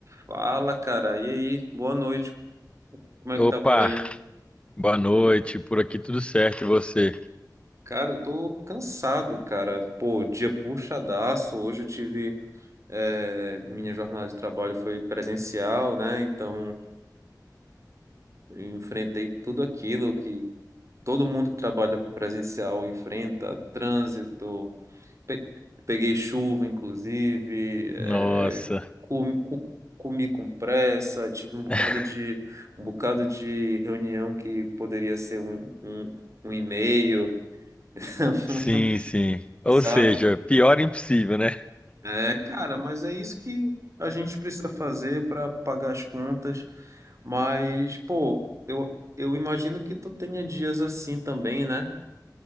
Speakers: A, on the right (about 45°); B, on the left (about 15°).
A: Fala, cara. E aí? Boa noite. Como é
B: Opa,
A: que tá por aí?
B: boa noite. Por aqui tudo certo e você?
A: Cara, eu tô cansado, cara. Pô, dia puxadaço. Hoje eu tive. é, minha jornada de trabalho foi presencial, né? Então, eu enfrentei tudo aquilo que todo mundo que trabalha presencial enfrenta: trânsito, Pe- Peguei chuva, inclusive, é,
B: Nossa,
A: comi, co- comi com pressa, tive um bocado
B: <laughs>
A: de, um bocado de reunião que poderia ser um, um, um e-mail, <laughs>
B: sim, sim. Ou
A: sabe?
B: seja, pior impossível, né?
A: É, cara, mas é isso que a gente precisa fazer para pagar as contas. Mas, pô, eu, eu imagino que tu tenha dias assim também, né?